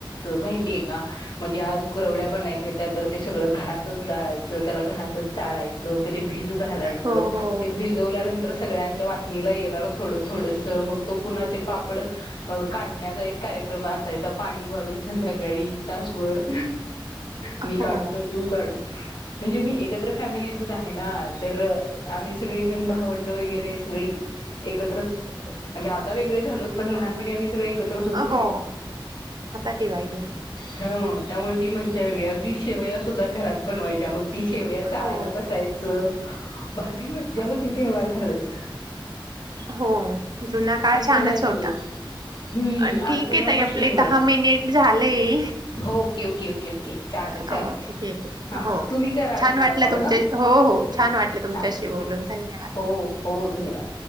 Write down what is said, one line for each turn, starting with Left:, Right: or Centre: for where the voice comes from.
Left: मा का म्हणजे आ ब स घरात डळायच. चाळायचं ते भिज घालायचं
Right: हो हो
Left: ते भिजवल्यानंतर सगळ्यांच्या वाटणीला येणार थोडं थोडस मग त पुन्हा ते पापड काढण्याचा एक कार्यक्रम असायचा पाणी मारून संध्याकाळी त्याासभर मी
Right: हो
Left: काढू का तू काढू. म्हणजे मी एकत्र फॅमिलीतून आहे ना तर आम्ही सगळीजण भावं र्र म्हणे आ वेग झालो प ल आ्. सगळ एकत्रच होतो
Right: हो आता डिवाइड झाले
Left: हा. त्यामुळे ती म्हणजेवी अगदी शेवया सुद्धा घरात बनवायच्या मग ती शेवया चाळायला
Right: हो
Left: बसायचं. भारी मज्जा
Right: हो
Left: होती तेव्हा घरच
Right: हो जुना काळ छानच
Left: नाहीये
Right: होता.
Left: हम्म
Right: अ ठीक
Left: आता सगळं
Right: आहे तई
Left: मशीनवर
Right: आपले दहा मिनिट झालेय.
Left: हो ओके ओके ओके ओके चालेल
Right: ठी
Left: चालेल हा
Right: हो
Left: तुम्ही करा आता
Right: छान
Left: मला
Right: वाटलं
Left: कॉल
Right: तुमच्या
Left: हा
Right: हो.
Left: हा हो
Right: <unintelligible>
Left: हो धन्यवाद.